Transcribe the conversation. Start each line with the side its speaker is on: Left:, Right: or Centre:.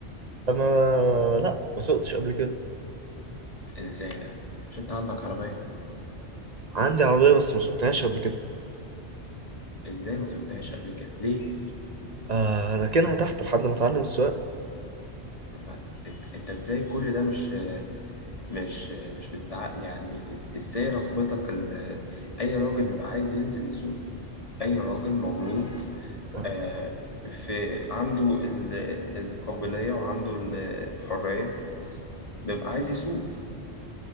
Right: انا لا ما سوقتش قبل كده
Left: ازاي ده مش انت عندك عربية
Right: عندي عربية بس ما سوقتهاش قبل كده
Left: ازاي ما سويتهاش قبل كده ليه
Right: آه لكنها تحت لحد ما اتعلم السواقة
Left: طب ما إت- انت ازاي كل ده مش مش مش بتتع يعني إز- ازاي رغبتك ال... اي راجل بيبقى عايز ينزل يسوق اي راجل مولود
Right: آه،
Left: آه، في عنده ال... القابلية وعنده ال- الحرية بيبقى عايز يسوق